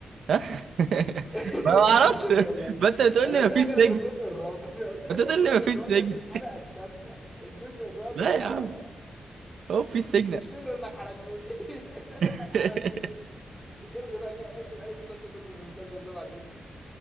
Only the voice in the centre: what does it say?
<laughs>
شكرا يا معلم
انا
قلت
لك
انا في الجزء
الرابع انا قلت لك
في الجزء
الرابع
في الحلقه الثامنه الجزء الرابع
الحلقه
الثامنه
شكرا انك حرقته لي <laughs> شكرا
انك حرقته لي الغي بقى كده، اقلب اي مسلسل تاني غير المسلسل ده بعد اذنك